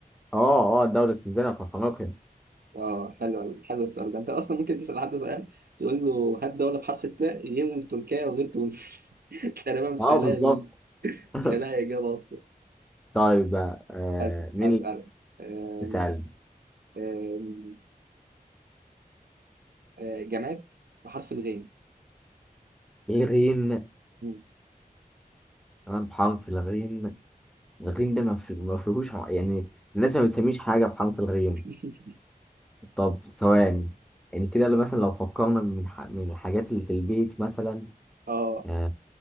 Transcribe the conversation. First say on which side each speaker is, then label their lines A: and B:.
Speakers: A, in the centre; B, on the right.
A: اه اه دولة تنزانيا في افريقيا
B: اه حلو حلو السؤال ده انت اصلا ممكن تسال حد سؤال تقول له هات دوله بحرف التاء غير تركيا وغير تونس <laughs> تقريبا مش
A: اه
B: هيلاقي
A: بالظبط <laughs>
B: مش هلاقي إجابة أصلا
A: طيب بقى آه
B: أسأل
A: مين
B: أسألك
A: اللي
B: أم-
A: اسأل
B: أم- أه، جماد بحرف الغين
A: الغين
B: مم.
A: كمان بحرف الغين الغين ده ما في- ما فيهوش ح- يعني الناس ما بتسميش حاجة بحرف الغين
B: <laughs>
A: طب ثواني يعني كده لو مثلا لو فكرنا من ح... من الحاجات اللي في البيت مثلا
B: اه
A: آه